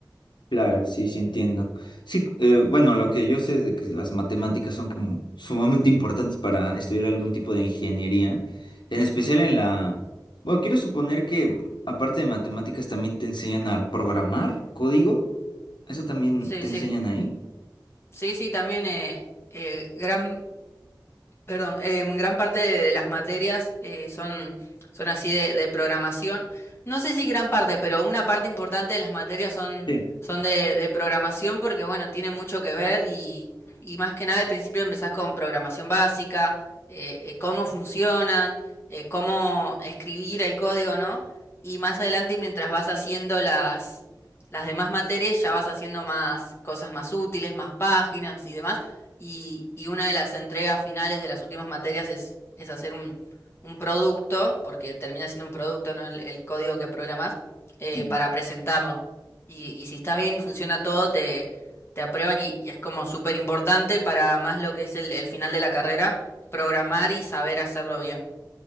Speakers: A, on the left; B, on the left.
A: Claro, sí, sí entiendo. Sí, eh, bueno, lo que yo sé es de que las matemáticas son como sumamente importantes para estudiar algún tipo de ingeniería, en
B: Ujú.
A: especial en la... Bueno, quiero suponer que aparte de matemáticas también te enseñan a programar código. ¿Eso también
B: Sí,
A: te
B: sí,
A: enseñan ahí?
B: sí, sí, también eh, eh, gran, Perdón, em, gran parte de las materias eh, son, son así de, de programación. No sé si gran parte, pero una parte importante de las materias son,
A: Sí.
B: son de, de programación porque, bueno, tienen mucho que ver y, y más que nada al principio empezás con programación básica, eh, eh, cómo funcionan, eh, cómo escribir el código, ¿no? Y más adelante, mientras vas haciendo las, las demás materias, ya vas haciendo más cosas más útiles, más páginas y demás y, y una de las entregas finales de las últimas materias es, es hacer un, un producto, porque termina siendo un producto, ¿no? El, el código que programas, eh,
A: Mm.
B: para presentarlo. Y, y si está bien y funciona todo, te, te aprueban y, y es como súper importante para más lo que es el, el final de la carrera, programar y saber hacerlo bien.